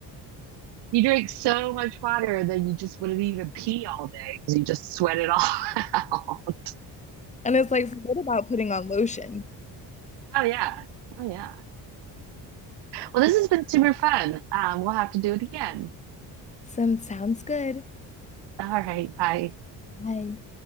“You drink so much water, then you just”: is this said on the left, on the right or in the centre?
Right